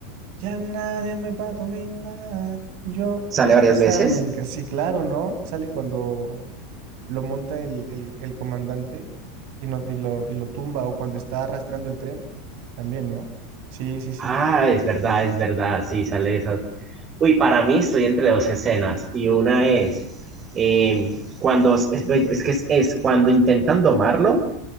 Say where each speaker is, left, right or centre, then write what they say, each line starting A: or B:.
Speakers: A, on the right; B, on the right.
A: Ya nadie me va a dominar, yo,
B: ¿Sale
A: pues,
B: varias
A: esa
B: veces?
A: me encanta. Sí, claro, ¿no? Sale cuando lo monta el, el, el comandante y, no, y, lo, y lo tumba o cuando está arrastrando el tren, también, ¿no? Sí, sí, sí.
B: Ah, es verdad, es verdad, sí, sale esa. Uy, para mí estoy entre dos escenas y una es eh, cuando, es, es que es, es cuando intentan domarlo